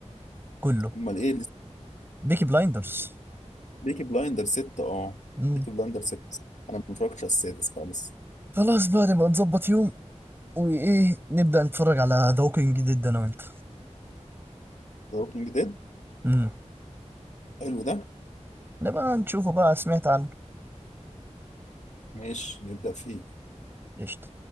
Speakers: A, on the right; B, on the left.
A: كله
B: امال ايه
A: بيكي بلايندرز
B: بيكي بلايندر ست اه
A: مم.
B: بيكي بلايندر ست انا ما اتفرجتش على السادس بقى لسه
A: خلاص بقى نبقى نظبط يوم وايه نبدى نتفرج على ذا ووكينج ديد انا وانت
B: ذا ووكينج ديد
A: مم.
B: حلو ده
A: نبقى نشوفه بقى سمعت عنه
B: ماشي نبدأ فيه
A: قشطة